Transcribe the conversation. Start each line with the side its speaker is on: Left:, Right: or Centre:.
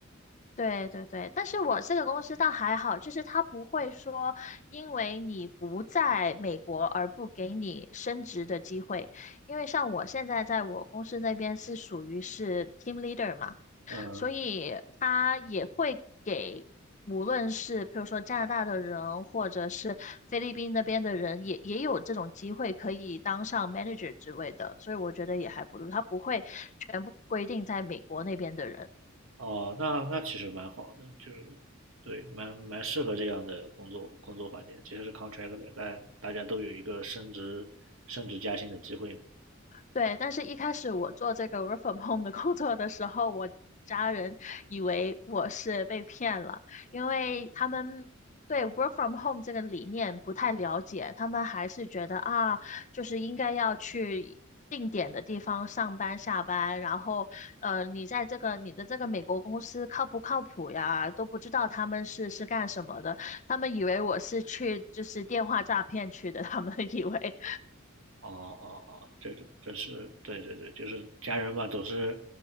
Left: 对对对，但是我这个公司倒还好，就是他不会说因为你不在美国而不给你升职的机会，因为像我现在在我公司那边是属于是 team leader 嘛，
Right: 嗯、
Left: 所以他也会给无论是比如说加拿大的人或者是菲律宾那边的人也也有这种机会可以当上 manager 职位的，所以我觉得也还不错，他不会全部规定在美国那边的人。
Right: 哦，那那其实蛮好的，就是对，蛮蛮适合这样的工作工作环境。即使是 c o n t r a c t o 但大家都有一个升职升职加薪的机会嘛。
Left: 对，但是一开始我做这个 work from home 的工作的时候，我家人以为我是被骗了，因为他们对 work from home 这个理念不太了解，他们还是觉得啊，就是应该要去定点的地方上班下班，然后呃，你在这个你的这个美国公司靠不靠谱呀，都不知道他们是是干什么的，他们以为我是去就是电话诈骗去的，他们以为。
Right: 哦哦哦，这是这是对对对，就是家人嘛，总是